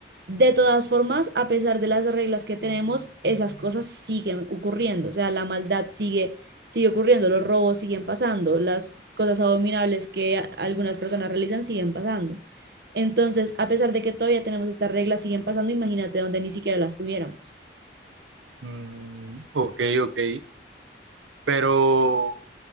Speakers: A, on the right; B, on the right.
A: de todas formas, a pesar de las reglas que tenemos, esas cosas siguen ocurriendo, o sea, la maldad sigue, sigue ocurriendo, los robos siguen pasando, las cosas abominables que a- algunas personas realizan siguen pasando. Entonces, a pesar de que todavía tenemos estas reglas, siguen pasando, imagínate donde ni siquiera las tuviéramos.
B: Mm, ok, ok. Pero,